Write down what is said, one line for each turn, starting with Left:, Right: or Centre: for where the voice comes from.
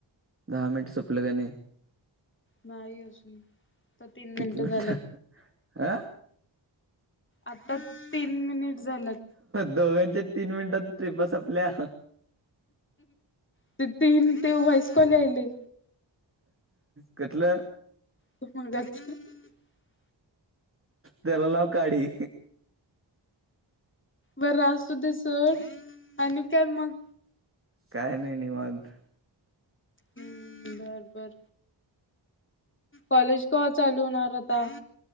Right: दहा मिनट सपले का नाय?
Left: नाही अजून आता तीन
Right: किती
Left: मिनिट
Right: मिनट
Left: झाल्यात
Right: अं?
Left: आता तीन मिनिट. झाल्यात
Right: दोघांच्या तीन मिनिटात ट्रीप आपल्या
Left: ते तीन ते व्हाॅईस कॉल यायले.
Right: कुठलं
Left: <unintelligible>
Right: तेला लाव काडी.
Left: बर असुदे सोड. आणि काय मग
Right: काय नाही निवांत.
Left: बर, बर कॉलेज कवा चालू होणार आता?